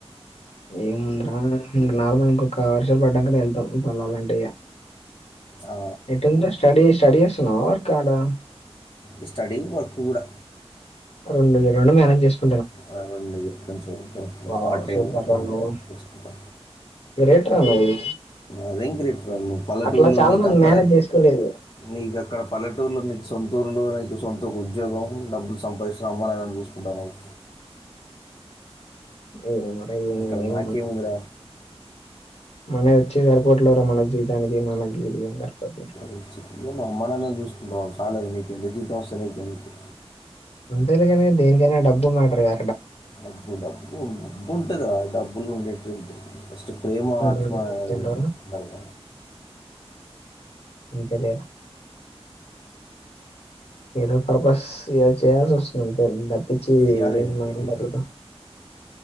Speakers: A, on the left; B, on the left.
A: ఏ ముందరా ఇంక నార్మల్ ఇంకొక వర్షాలు పడ్డాక వెళ్తాం పొలాలంటే
B: ఆ,
A: ఎట్టుందిరా స్టడీస్ రెడీ చేస్తున్నావా వర్క్ కాడా
B: ఈ స్టడీ వర్క్ కూడా
A: ఉండు ఇ రెండు మేనేజ్ చేసుకో
B: పదండి ఇంక చూద్దాం.
A: వావ్
B: పార్ట్ టైమ్
A: సూపర్ రా నువ్వు
B: చేసుకొంటా
A: గ్రేట్ రా నువ్వు
B: అదేం గ్రేట్ రా నువ్వు పలెటూర్లో
A: అట్లా చాలా
B: నీకు
A: మంది
B: అక్కడ
A: మేనేజ్ చేసుకోలేదు
B: నీకు అక్కడపలెటూర్లో నీకు సొంతఊరులో నీకు సొంత ఉద్యోగం డబ్బు సంపాదించినా అమ్మనాన్న ని చూసుకుంటావు నువ్వు.
A: ఏం మరి ఏం
B: ఇక్కడ
A: ఏం
B: నాకేం ఉందర
A: మన వచ్చి సర్పోట్లరా మన జీతానికి మనకి ఇది ఏం సరిపోతుంది
B: వచ్చి అమ్మానాన్నని చూసుకో ఇంకా చాలదు నీకు ఎంత జీతం వస్తది నీకు ఇంక
A: అంతేలే కాని దేనికైనా డబ్బు మ్యాటర్ గా
B: డబ్బు డబ్బు డబ్బు ఉంటద డబ్బులు ఉం నట్ ఉంటది ఫస్ట్ ప్రేమ
A: అంతేలే
B: ఆత్మ రెండు బర్గ
A: అంతేలే ఏదో పర్పస్ ఏదో చేయాల్సి వస్తుంది అంతే ద ఇచ్చి
B: చేయాలి
A: ఏం మైండ్
B: ఏదో ఒకటి.
A: పాతుపా